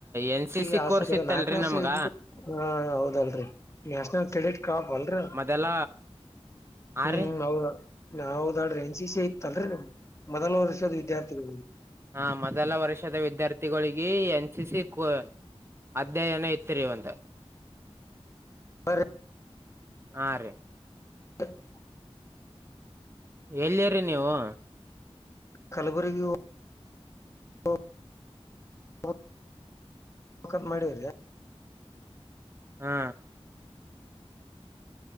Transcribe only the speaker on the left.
ಈಗ
ಹಸಗರ
ನಾಕನೇ ವರ್ಷ
ಇದ್ದಿದ್ದಕ್ಕ ಹ ಹೌದಲ್ರಿ ನ್ಯಾಷನಲ್ ಕ್ರೆಡಿಟ್. ಕಬ ಅಲ್ರಿ ಅದ
ಹ್ಮ್
ಹೌದ. ಹೌದ ಅಲ್ರೀ ಎನ್ ಸಿ ಸಿ ಇತ್ತಲ್ರರಿ ನಮ್ ಮೊದಲ ವರ್ಷದ ವಿದ್ಯಾರ್ಥಿಗಳು.
<unintelligible>
<unintelligible>
ಕಲಬುರ್ಗಿ ಓ ಓ ಓ. ಹೋಗ್ ಕಂತ ಮಾಡೀವ್ರಿ.